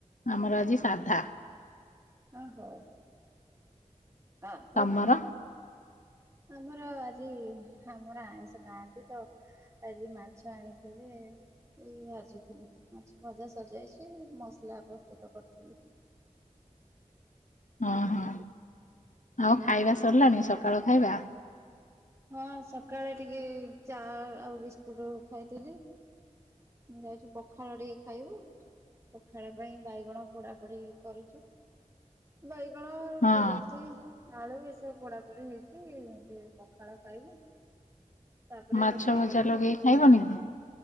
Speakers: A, on the left (about 70°); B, on the right (about 20°).
A: ଆମର ଆଜି ସାଧା।
B: ଓ ହୋଉ ଆଁ
A: ତମର
B: ଓ। ଆମର ଆଜି ଆମର ଆଇଁଷ ଖାଆନ୍ତି ତ। ଆଜି ମାଛ ଆଣିଥିଲେ। ଏଇ ଭାଜିଥିଲି ମାଛ ଭଜା ସଜାଇଛି ମସଲା ପ୍ରସ୍ତୁତ କରିଥିଲି।
A: ହଁ ହଁ ଆଉ ଖାଇବା ସରିଲାଣି ସକାଳୁ ଖାଇବା।
B: ହଁ ସକାଳେ ଟିକେ ଚା ଆଉ ବିସ୍କୁଟ ଖାଇଥିଲି। ମୁଁ ଯାଇଚୁ ପଖାଳ ଟିକେ ଖାଇବୁ। ପଖାଳ ପାଇଁ ବାଇଗଣ ପୋଡା ପୋଡି କରିଚୁ। ବାଇଗଣ
A: ହଁ
B: ବିଲାତି। ଆଳୁ ଏସବୁ ପୋଡାପୋଡି ହେଇଛି ଟିକେ ପଖାଳ ଖାଇବୁ। ତାପରେ
A: ମାଛ
B: ରୋଷେଇ
A: ଭଜା
B: କରିବି
A: ଲଗେଇ
B: ଆଉ।
A: ଖାଇବନି କି?